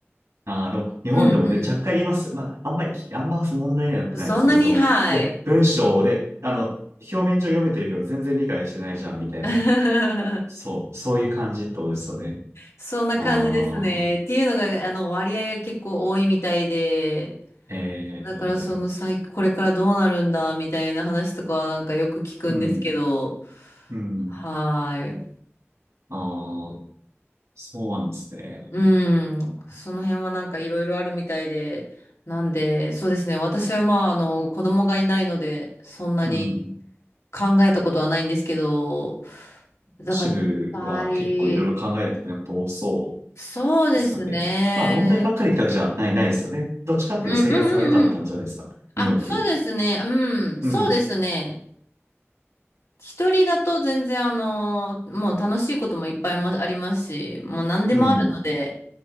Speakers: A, on the right (about 75°); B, on the left (about 80°).
A: ああ、でも、日本でもね、
B: うん
A: 若干言います。まあ、あんまりき、あんま問題にはなってないですけど、
B: うん。そんなに、
A: その、
B: はい。
A: いや、文章で、あの、表面上読めてるけど、全然理解してないじゃん、みたいな。
B: <laughs>
A: そう、そういう感じってことですよね。
B: そんな感じですね。
A: ああ、
B: っていうのが、あの、割合が結構多いみたいで、
A: ええー
B: だからその最、これからどうなるんだみたいな話とかはなんかよく聞くんですけど、
A: うん。うん。
B: はーい。
A: ああ、そうなんですね。
B: うん。その辺はなんかいろいろあるみたいで、なんで、そうですね。私はまあ、あの、子供がいないので、そんなに
A: うん。
B: 考えたことはないんですけど、だから実際、
A: 支部は結構いろいろ考えないといけないこと多そう
B: そうですね。
A: ですかね。まあ問題ばっかりってわけじゃない、ないですよね。どっちかっていうと生活は良かったんじゃないですか。
B: うんうんうんうん。あ、
A: ニューヨーク。
B: そうですね。うん。そうですね。
A: うん。
B: 一人だと全然あの、もう楽しいこともいっぱいもありますし、もう何でもあるので、
A: うん。